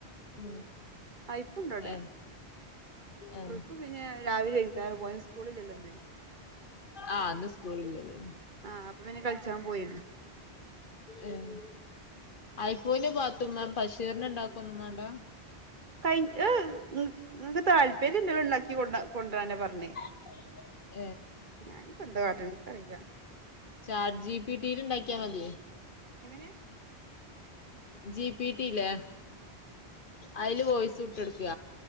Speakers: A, on the left; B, on the right.
A: ഉം
B: ഹൈഫുണ്ടവിടെ
A: ഏഹ് ഏഹ്
B: റിഫു പിന്നെ രാവിലെ വെരും വേറെ പോവാൻ സ്കൂളില്ലല്ലോന്ന്
A: ആഹ് ഇന്ന് സ്കൂളില്ലല്ലോലെ
B: ആഹ് അപ്പ പിന്നെ കളിച്ചാൻ പോയിണ്ണ്
A: ഏഹ് ആയിഫോണ്ന് പാത്തുമ്മാ ബഷീറിനെ ണ്ടാക്കൊന്നും വേണ്ട
B: കൈ ഏഹ് ങ്ങക്ക് താല്പര്യള്ളത് ഇണ്ടാക്കി കൊ കൊണ്ടരാനാ പറഞ്ഞ്
A: ഉ <unintelligible>
B: ഞാനിപ്പെന്താ കാട്ട്ണ് ഇൻക്കറീല
A: ചാറ്റ് ജി പി ടി ല് ഇണ്ടാക്കിയാ മതിയേ
B: എങ്ങനെ?
A: ജി പി ടി ല്ലേ അയില് വോയിസ് വി ട്ടോടുക്ക